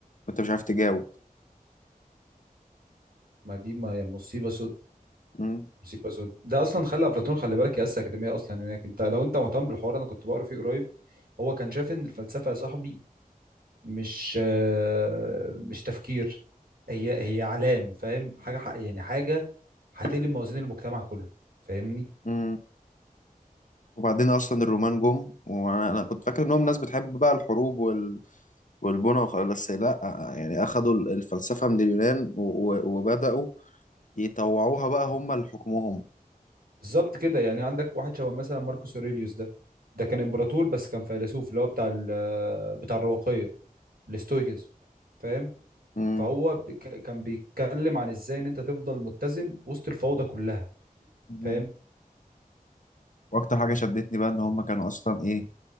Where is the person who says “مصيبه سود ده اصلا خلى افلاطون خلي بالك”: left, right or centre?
Right